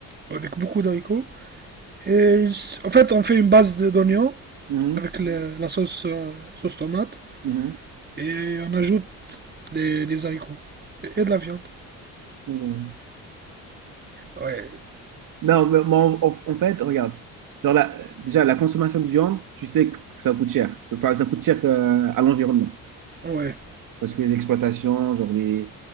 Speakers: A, on the right (about 30°); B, on the right (about 65°).
A: Avec beaucoup d'haricots. Et en fait, on fait une base de- d'oignons
B: Mhm.
A: avec le- la sauce, euh, sauce tomate
B: Mhm.
A: et on ajoute des, des haricots et de la viande.
B: Non,
A: Ouais,
B: Non, mais, mais en, en- en fait, regarde. Genre la- déjà, la consommation de viande, tu sais que ça coûte cher. Ça- Enfin, ça coûte cher euh, à l'environnement.
A: ouais,
B: Parce que l'exploitation, genre les.